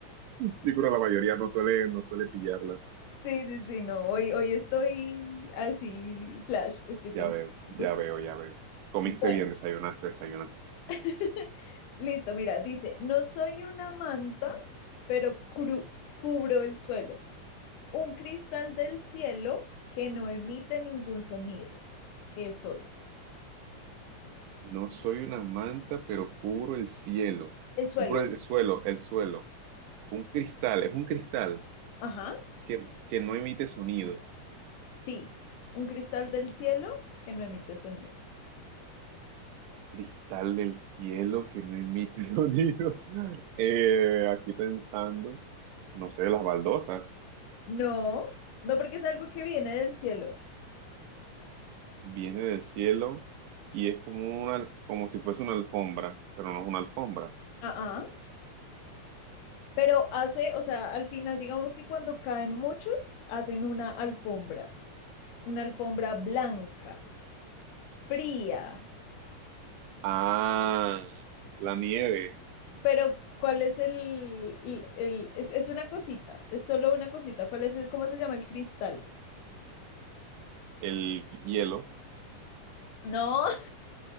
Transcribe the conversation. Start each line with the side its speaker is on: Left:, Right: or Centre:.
Right: Sí, pero la mayoría no suele, no suele pillarla.
Left: Sí, sí, sí, no, hoy, hoy estoy así, flash, estoy pensando
Right: Ya veo, ya
Left: por flash.
Right: veo, ya veo. Comiste
Left: Bueno,
Right: bien, desayunaste, desayunaste.
Left: <laughs> listo, mira, dice, no soy una manta, pero cru- cubro el suelo, un cristal del cielo que no emite ningún sonido, ¿qué soy?
Right: No soy una manta, pero cubro el cielo.
Left: El suelo,
Right: Cubro
Left: el-
Right: el suelo, el suelo. Un cristal, es un cristal
Left: ajá,
Right: que, que no emite sonido.
Left: sí, un cristal del cielo que no emite sonido.
Right: Cristal del cielo que no emite <laughs> sonido. Eh, aquí pensando, no sé, las baldosas.
Left: No, no porque es algo que viene del cielo.
Right: Viene del cielo y es como una, como si fuese una alfombra, pero no es una alfombra.
Left: Ah, ah. Pero hace, o sea, al final, digamos que cuando caen muchos, hacen una alfombra, una alfombra blanca, fría.
Right: Ah, la nieve,
Left: Pero, ¿cuál es el, el, el- es, es una cosita, es solo una cosita. ¿Cuál es, el- cómo se llama el cristal?
Right: el hielo
Left: No,